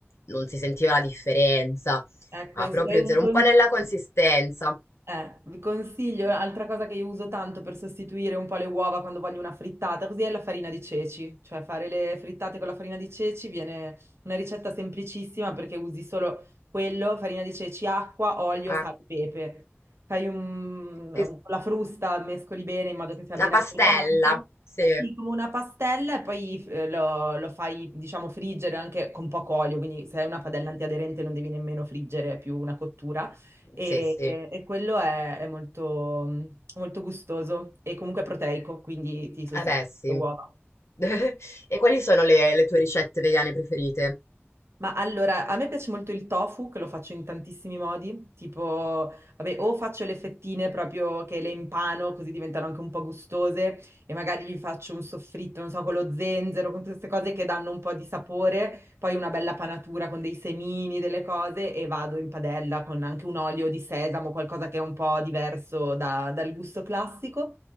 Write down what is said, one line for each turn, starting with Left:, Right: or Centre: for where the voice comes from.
Left: non si sentiva la differenza,
Right: Ecco,
Left: ma
Right: e
Left: proprio
Right: se vuoi un
Left: zero,
Right: consiglio...
Left: un po' nella consistenza.
Right: Eh, vi consiglio, altra cosa che io uso tanto per sostituire un po' le uova quando voglio una frittata, così è la farina di ceci, cioè fare le frittate con la farina di ceci viene una ricetta semplicissima perché usi solo quello, farina di ceci, acqua, olio,
Left: Ah,
Right: sale e pepe. Fai un, un-
Left: sì, sì.
Right: la frusta, mescoli bene in modo che sia
Left: Una
Right: ben
Left: pastella,
Right: amalgamato.
Left: sì,
Right: Sì, come una pastella e poi eh, lo, lo fai, diciamo, friggere anche con poco olio, quindi se hai una padella antiaderente non devi nemmeno friggere, è più una cottura. E,
Left: sì, sì,
Right: e quello è, è molto, molto gustoso e comunque proteico, quindi ti sostituisce
Left: eh beh, sì.
Right: le uova.
Left: <laughs> E quali sono le, le tue ricette vegane preferite?
Right: Ma allora, a me piace molto il tofu, che lo faccio in tantissimi modi, tipo, vabbè, o faccio le fettine proprio che le impano, così diventano anche un po' gustose, e magari gli faccio un soffritto, non so, con lo zenzero, con tutte queste cose che danno un po' di sapore, poi una bella panatura con dei semini, delle cose e vado in padella con anche un olio di sesamo, qualcosa che è un po' diverso da- dal gusto classico.